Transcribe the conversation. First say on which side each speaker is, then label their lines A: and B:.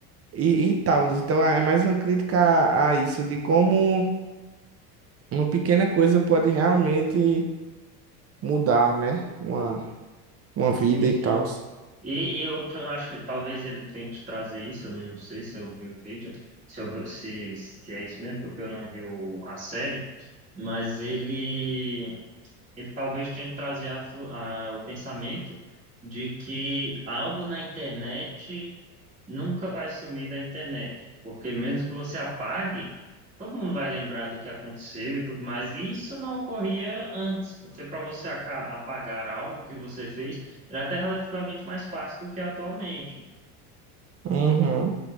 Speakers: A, on the right; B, on the right.
A: e, e tal. Então é mais uma crítica a, a isso, de como uma pequena coisa pode realmente mudar, né? Uma, uma
B: Sim,
A: vida
B: sim.
A: e tal.
B: E, e outro, eu acho que talvez ele tente trazer isso, eu não sei se eu vi o vídeo, se, eu- se, se é isso mesmo, porque eu não vi o- a série, mas ele ele talvez tenha que trazer a flu- a- o pensamento de que algo na internet nunca vai sumir da internet, porque mesmo que você apague, todo mundo vai lembrar do que aconteceu e tudo mais, e isso não ocorria antes, porque para você aca- apagar algo que você fez era até relativamente mais fácil do que atualmente.
A: Uhum,